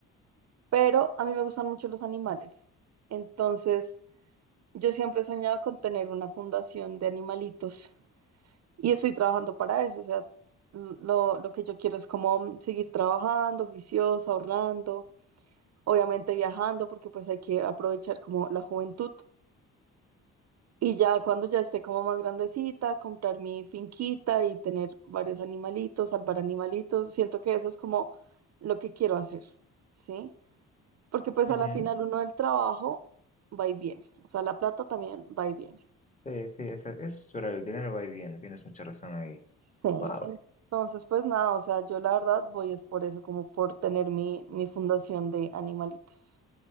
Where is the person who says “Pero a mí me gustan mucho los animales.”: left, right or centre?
Right